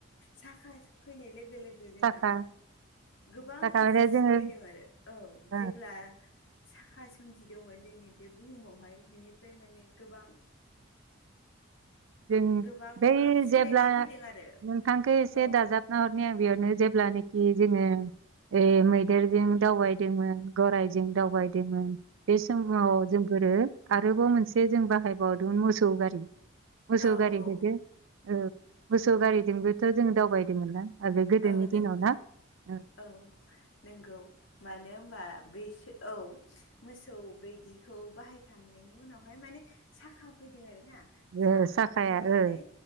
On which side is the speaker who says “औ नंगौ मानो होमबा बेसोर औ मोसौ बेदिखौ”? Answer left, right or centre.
Left